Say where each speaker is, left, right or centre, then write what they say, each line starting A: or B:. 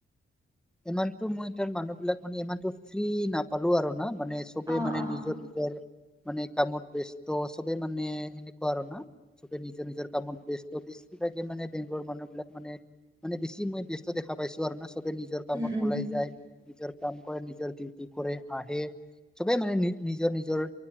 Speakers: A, in the centre; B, on the right (about 20°).
A: ইমানতটো মই তাৰ মানুহবিলাক মানে ইমানতটো ফ্ৰী নাপালো আৰু না। মানে চবে
B: অ', অ',
A: মানে
B: অ',
A: নিজৰ নিজৰ মানে কামত ব্যস্ত চবে মানে সেনেকুৱা আৰু না। চবে নিজৰ নিজৰ কামত ব্যস্ত দিছিলে। মানে বেংকৰ মানুহ বিলাক মানে বেছি মই ব্যস্ত দেখা পাইছো আৰু ন। চবে নিজৰ কামত
B: উম, উম,
A: ওলাই যায়, নিজৰ কাম কৰে নিজৰ ডিউটি কৰে আহে চবে মানে নি নিজৰ নিজৰ